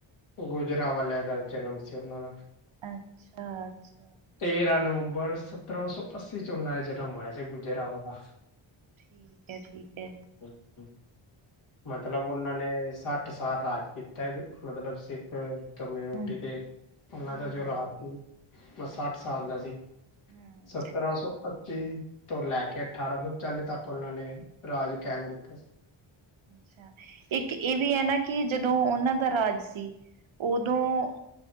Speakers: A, on the left; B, on the right.
A: ਗੁਜਰਾਵਾਲੇਆਂ ਦਾ ਜਨਮ ਸੀ ਓਨਾਂ ਦਾ।
B: ਅੱਛਾ-ਅੱਛਾ।
A: ਤੇਰਾਂ ਨਵੰਬਰ ਸਤਰਾਂ ਸੌ ਅੱਸੀ ਚ ਓਨਾਂ ਜਨਮ ਹੋਏਆ ਸੀ ਗੁਜਰਾਂਵਾਲਾ।
B: ਠੀਕ ਐ-ਠੀਕ ਐ।
A: <inaudible> ਮਤਲਬ ਓਨਾਂ ਨੇ ਸੱਠ ਸਾਲ ਰਾਜ ਕੀਤਾ, ਮਤਲਬ ਸਿੱਖ ਕੰਮਿਊਨਟੀ
B: ਹਮ
A: ਤੇ ਓਨਾਂ
B: ਹਮ
A: ਦਾ ਜੋ ਰਾਜ ਸੀ, ਮ ਸੱਠ ਸਾਲ ਦਾ ਸੀ।
B: ਹਮ
A: ਸਤਰਾਂ ਸੌ ਪੱਚੀ ਤੋਂ ਲੈ ਕੇ ਠਾਰਾਂ ਸੌ ਚਾਲੀ ਤੱਕ ਓਨਾਂ ਨੇ ਰਾਜ ਕੈਮ ਕੀਤਾ ਸੀ।
B: ਅੱਛਾ, ਇੱਕ ਏ ਵੀ ਐ ਨਾ ਕੇ ਜਦੋਂ ਓਨਾਂ ਦਾ ਰਾਜ ਸੀ ਓਦੋਂ